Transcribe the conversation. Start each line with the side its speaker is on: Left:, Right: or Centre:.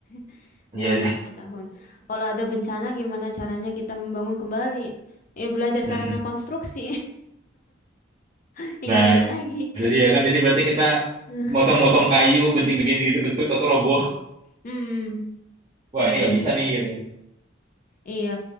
Left: <laughs>
Right: Ya.
Left: Delay lima tahun. Kalau ada bencana gimana caranya kita membangun kembali? Ya belajar
Right: <laughs> mm-mm.
Left: caranya konstruksi. <laughs> Ya
Right: Nah,
Left: gimana lagi?
Right: jadi ya kan jadi berarti kita
Left: <laughs>
Right: motong-motong kayu, benting-benting gitu bentuk atau roboh.
Left: Hmm.
Right: Wah, ini
Left: eh.
Right: nggak bisa nih gitu. ya.
Left: Iya.